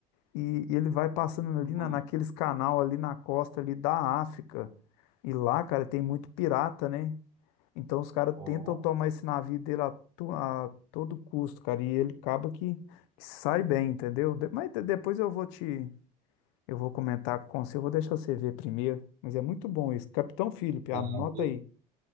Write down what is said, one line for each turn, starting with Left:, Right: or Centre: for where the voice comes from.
Left: e, e ele vai passando
Right: No
Left: ali
Right: mar.
Left: na, naqueles canal ali na costa ali da África. E lá, cara, tem muito pirata, né? Então os caras
Right: Ó,
Left: tentam tomar esse navio dele a, to- a todo custo, cara, e ele acaba que, que sai bem, entendeu? De- mas de- depois eu vou te eu vou comentar com você, eu vou deixar você ver primeiro, mas é muito bom isso Capitão Philip,
Right: Não,
Left: anota
Right: be-
Left: aí.